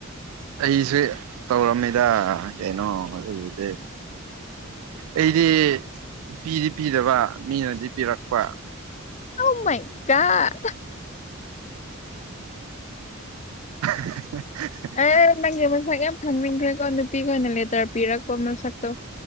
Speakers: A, on the right; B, on the left.
A: ꯑꯩꯁꯨ ꯇꯧꯔꯝꯃꯤꯗ ꯀꯩꯅꯣ ꯑꯗꯨꯒꯤꯗꯤ꯫ ꯑꯩꯗꯤ ꯅꯨꯄꯤꯗꯤ ꯄꯤꯗꯕ ꯃꯤꯅꯗꯤ ꯄꯤꯔꯛꯄ꯫
B: ꯑꯣꯃꯥꯏ ꯒꯣꯠ꯫
A: <unintelligible>
B: ꯑꯦ ꯅꯪꯒꯤ ꯃꯁꯛ ꯌꯥꯝ ꯈꯪꯅꯤꯡꯈ꯭ꯔꯦꯀꯣ ꯅꯨꯄꯤꯈꯣꯏꯅ ꯂꯦꯇꯔ ꯄꯤꯔꯛꯄ ꯃꯁꯛꯇꯣ꯫